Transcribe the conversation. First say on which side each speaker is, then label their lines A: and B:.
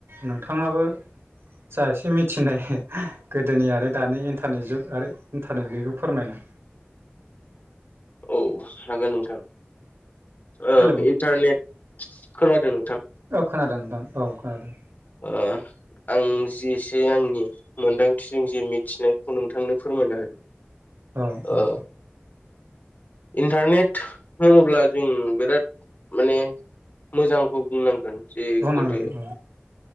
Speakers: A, on the right; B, on the left.
A: नोंथाङाबो जा एसे मिथिनाय गोदोनि आरो दानि इन्टारनेट जुग आरो इन्टारनेट गैयैखौ फोरमायना
B: औ हागोन नोंथां। ओ
A: हेलौ
B: इन्टारनेट खोनादों नों
A: औ खोनादों नोंथां औ खोनादों।
B: ओ आं जि इसे आंनि मोन्दांथिजों जे मिथिनायखौ नोंथांनो फोरमायना होनि।
A: औ
B: ओ
A: औ।
B: इन्टारनेट होनोब्ला जों बिराद माने मोजांखौ बुंनांगोन जे
A: बुंनांगोन
B: गोदो
A: औ